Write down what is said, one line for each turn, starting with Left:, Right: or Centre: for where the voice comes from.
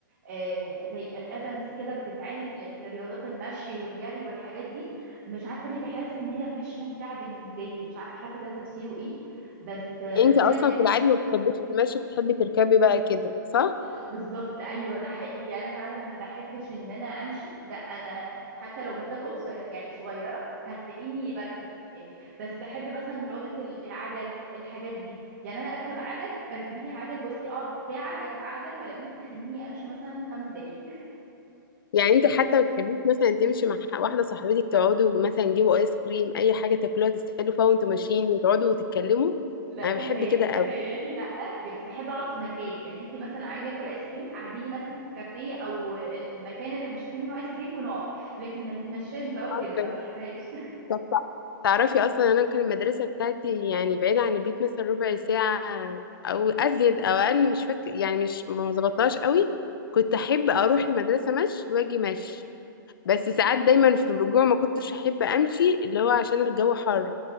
Right: آه، زي ايفنتس كده بتتعمل ل- لرياضات المشي والجري والحاجات دي مش عارفه ليه بحس ان هي مش ممتعه بالنسبه لي مش عارفه حتى ده تفسيره ايه بس بس
Left: انت اصلا
Right: انا
Left: في العادي ما بتحبيش المشي بتحبي تركبي بقى كده صح؟
Right: صح بالظبط ايوه ده حقيقي انا فعلا ما بحبش ان انا امشي لا انا حتى لو مسافه قصيره يعني صغيره هتلاقيني بركب يعني بس بحب مثلا رياضه ال- العجل الحاجات دي يعني انا اركب عجل ركبيني عجل بصي اقعد ساعه راكبه عجل ولا انك تخليني امشي مثلا خمس دقايق
Left: يعني انت حتى ما بتحبيش مثلا تمشي مع ح- واحده صاحبتك تقعدوا مثلا تجيبوا ايس كريم اي حاجه تاكلوها تستهلوا فيها وانتوا ماشيين وتقعدوا وتتكلموا
Right: <laughs> لا
Left: انا
Right: تخيل
Left: بحب كده قوي
Right: تخيلي لا يا بس احب اقعد في مكان يعني انت مثلا عايزه اكل ايس كريم قعديني مثلا في كافيه او المكان اللي هنشتري منه ايس كريم ونقعد لكن ما نتمشاش بقى وكده
Left: عارفة.
Right: ما بحبهاش <laughs>
Left: طب تع- تعرفي اصلا انا كان المدرسه بتاعتي يعني بعيده عن البيت مثلا ربع ساعه او ازيد او اقل مش فاكر يعني مش ما ظبطتهاش قوي كنت احب اروح المدرسه مشي واجي مشي بس ساعات دايما في الرجوع ما كنتش احب امشي اللي هو عشان الجو حر